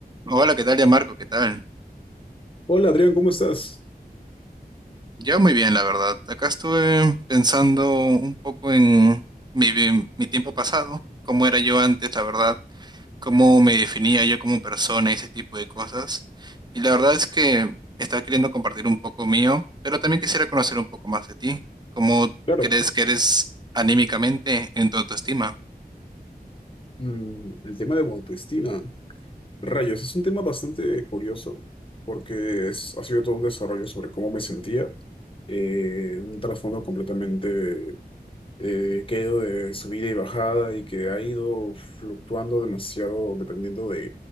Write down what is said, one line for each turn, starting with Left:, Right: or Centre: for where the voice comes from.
Right: Hola, ¿qué tal, ya Marco? ¿Qué tal?
Left: Hola Adrián, ¿cómo estás?
Right: Yo muy bien, la verdad. Acá estuve pensando un poco en mi, vi- mi tiempo pasado, cómo era yo antes, la verdad, cómo me definía yo como persona y ese tipo de cosas. Y la verdad es que estaba queriendo compartir un poco mío, pero también quisiera conocer un poco más de ti. ¿Cómo
Left: Claro,
Right: crees que eres anímicamente en tu autoestima?
Left: mm, el tema de autoestima, rayos, es un tema bastante curioso porque es- ha sido todo un desarrollo sobre cómo me sentía, eh, un trasfondo completamente eh, que ha ido de subida y bajada y que ha ido fluctuando demasiado dependiendo